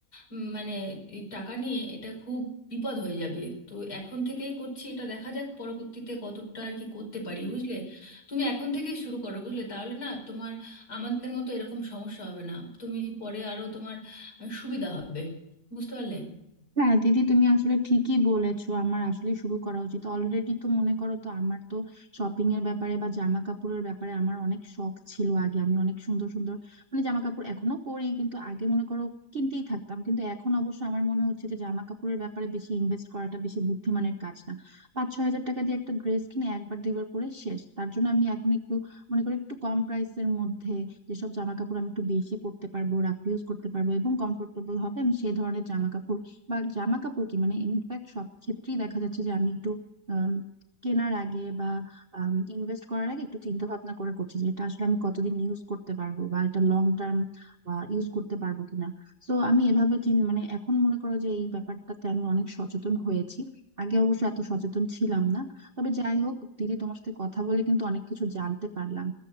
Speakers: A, on the left (about 60°); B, on the right (about 45°).
A: উম, মানে এই টাকা নিয়ে এটা খুব বিপদ হয়ে যাবে তো এখন থেকেই করছি এটা দেখা যাক পরবর্তীতে কতটা আর কি করতে পারি বুঝলে তুমি এখন থেকেই শুরু করো বুঝলে তাহলে না তোমার আমাদের মতো এরকম সমস্যা হবে না তুমি পরে আরো তোমার আহ, সুবিধা হবে বুঝতে পারলে
B: হ্যাঁ দিদি তুমি আসলে ঠিকই বলেছো আমার আসলে শুরু করা উচিত অলরেডি তো মনে করো তো আমার তো শপিং এর ব্যাপারে বা জামা কাপড়ের ব্যাপারে আমার অনেক শখ ছিল আগে আমি অনেক সুন্দর সুন্দর মানে জামা কাপড় এখনো পরি কিন্তু আগে মনে করো কিনতেই থাকতাম কিন্তু এখন অবশ্য আমার মনে হচ্ছে যে জামা কাপড়ের ব্যাপারে বেশি ইনভেস্ট করাটা বেশি বুদ্ধিমানের কাজ না পাঁচ ছয় হাজার টাকা দিয়ে একটা ড্রেস কিনে একবার দুইবার পরে শেষ তার জন্য আমি এখন একটু মনে করি একটু কম প্রাইসের মধ্যে যেসব জামা কাপড় আমি একটু বেশি পরতে পারবো রাখ ইউজ করতে পারবো এবং কমফোর্টেবল হবে আমি সেই ধরনের জামা কাপড় বা জামা কাপড় কি মানে ইনফ্যাক্ট সব ক্ষেত্রেই দেখা যাচ্ছে যে আমি একটু আম, কেনার আগে বা ইনভেস্ট করার আগে একটু চিন্তা ভাবনা করে করছি যে এটা আসলে আমি কতদিন ইউজ করতে পারবো বা এটা লং টার্ম ইউজ করতে পারবো কিনা তো আমি এভাবে চিন- মানে এখন মনে করো যে এই ব্যাপারটাতে আমি অনেক সচেতন হয়েছি আগে অবশ্য এত সচেতন ছিলাম না তবে যাই হোক দিদি তোমার সাথে কথা বলে কিন্তু অনেক কিছু জানতে পারলাম